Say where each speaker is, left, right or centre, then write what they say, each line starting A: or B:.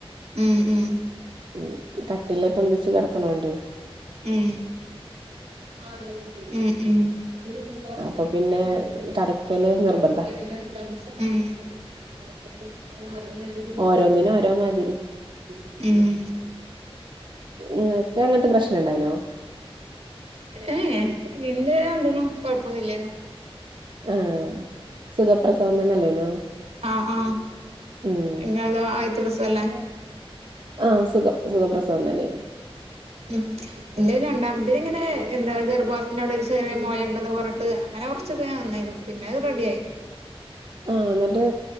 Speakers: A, on the right; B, on the right.
A: ഉം ഉം ഉം
B: ഉം കട്ടിലേ പൊന്തിച്ച് കെടക്കണോണ്ടെ
A: ഉം ഉം
B: അപ്പൊ പിന്നെ
A: ഉം
B: കടക്കല് നിർബന്ധ
A: ഉം <inaudible>
B: ഓരോന്നിനും ഓരോ മാതിരി
A: ഉം
B: ഇങ്ങക്ക് അങ്ങനത്തെ പ്രശ്നം ഇണ്ടായിനോ
A: ഏഹ് പിന്നെ രണ്ടിലും കൊഴപ്പൊന്നു ഇല്ലായിരുന്നു
B: ആഹ് സുഖപ്രസവം തന്നെല്ലേനോ
A: ആഹ് ആഹ്
B: ഉം
A: ഇങ്ങളതോ ആദ്യത്തെ പ്രസവല്ലേ?
B: ആഹ് സുഖം സുഖപ്രസവം തന്നെനു
A: ഉം എന്റെന് രണ്ടാമത്തേന് ഇങ്ങനെ എന്താ ഗർഭപാത്രത്തിന്റെ അവിടെ ഒരു ചെറിയ മൊയ ഇണ്ട്ന്നൊക്കെ പറഞ്ഞിട്ട് അങ്ങനെ കൊറച്ചൊക്കെ <unintelligible> പിന്നെ അത് റെഡി ആയി
B: ആഹ് എന്നിട്ട്